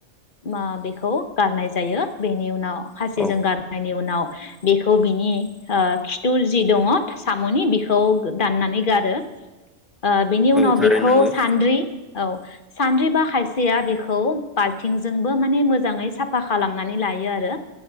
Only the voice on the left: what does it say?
मा बेखौ गारनाय जायो बेनि उनाव खासिजों
गारनायनि उनाव बेखौ बिनि ओ खिथु जि दङ साम'नि बेखौ दाननानै गारो ओ बेनि
उनाव
बेखौ
सान्द्रि औ सान्द्रि बा खायसेया बेखौ बाल्थिंजोंबो माने मोजाङै साफ साफा खालामनानै लायो आरो